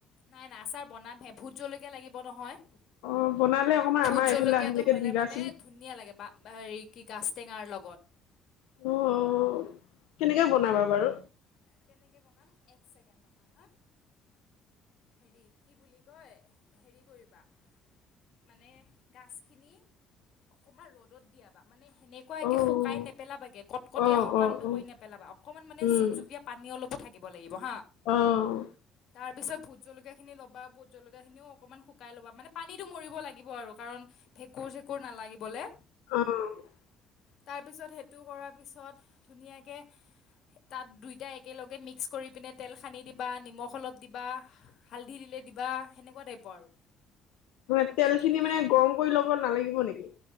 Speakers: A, on the left; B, on the left.
A: নাই নাই আচাৰ বনামহে, ভোত জলৈকীয়া লাগিব নহয়।
B: অ', বনালে অকমান
A: ভোট
B: আমাৰ এইফালে
A: জলকীয়াটো
B: আহিলেকে
A: হ'লে
B: দিবাচোন।
A: মানে ধুনীয়া লাগে। হেৰি, কি গাছ টেঙাৰ লগত।
B: অ', অ', কেনেকে বনাবা বাৰু?
A: কোনেকে বনাম এক ছেকেণ্ড, ৰবা হা। হেৰি কি বুলি কয়, হেৰি কৰিবা মানে গাছ খিনি অকমান ৰ'দত দিয়াবা মানে সেনেকুৱাকে
B: অ',
A: শুকাই নেপেলাবাগে, কটকটীয়া
B: অ',
A: শুকানটো
B: অ', অ',
A: কৰি নেপেলাবা অকনমান মানে
B: উম,
A: জুপ জুপিয়া অলপও থাকিব লাগিব হা,
B: অ',
A: তাৰ তাৰপিছত ভোট জলকীয়া খিনি ল'বা ভোট জলকীয়াখিনিও অকণমান শুকাই ল'বা, মানে পানীটো মব লাগিব আৰু কাৰণ ভেঁকুৰ চেঁকুৰ নালাগিবলৈ।
B: অ'।
A: তাৰপিছত সেইটো কৰাৰ পিছত ধুনীয়াকে তাত দুই তেতিয়া একেলগে মিক্স কৰি পিনে তেল সানি দিবা নিমখ অলপ দিবা, হালধি দিলে দিবা, এনেকুৱা হ'ব আৰু।
B: ম তেল
A: কি ধুনীয়া
B: খিনি মানে গৰম কৰি ল'ব নালাগিব নেকি?